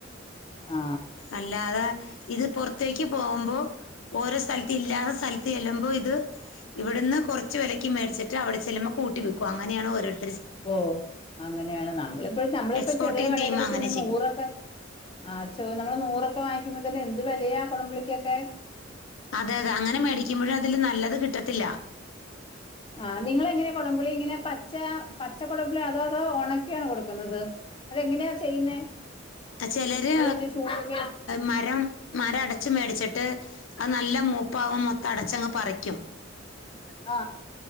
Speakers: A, on the left; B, on the left.
A: ആ
B: അല്ലാതെ ഇത് പൊർത്തേക്ക് പോകുമ്പോ ഓരോ സ്ഥലത്ത് ഇല്ലാതസ്ഥലത്ത് ചെല്ലുമ്പോഇത് ഇവിടുന്ന് കൊറച്ച് വെലയ്ക്ക് മേടിച്ചിട്ട് അവടെ ചെല്ലുമ്പോ കൂട്ടി വിക്കും അങ്ങനെയാണ് ഓരോരു
A: ഓ അങ്ങനെയാണ് നമ്മളിപ്പോ നമ്മളിപ്പോ
B: എക്സ്പോർട്ടിങ്
A: ചെറിയ കടയിലൊക്കെ
B: ചെയ്യുമ്പോൾ അങ്ങനെ
A: ചെന്ന്
B: ചെയ്യും
A: നൂറൊക്കെ ആ നമ്മള് നൂറൊക്കെ വാങ്ങിക്കുമ്പോ തെന്ത് വെലയാ കൊടംപളിക്കൊക്കെ
B: അതെ അതെ അങ്ങനെ മേടിക്കുമ്പോഴ് അതില് നല്ലത് കിട്ടത്തില്ല
A: ആ നിങ്ങളെങ്ങനാ കൊടംപുളിയെങ്ങനെ പച്ച പച്ചക്കൊടംമ്പുളി അതോ അതോ അത് ഒണക്കിയാണോ കൊടുക്കുന്നത് അതെങ്ങനെയാ ചെയ്യുന്നേ
B: ചെലര്
A: ഈ ചു ചൂടൊക്കെ
B: മരം മരം അടച്ച് മേടിച്ചിട്ട് അത് നല്ല മൂപ്പാവും മൊത്തം അടച്ചങ്ങ് പറിക്കും
A: ആ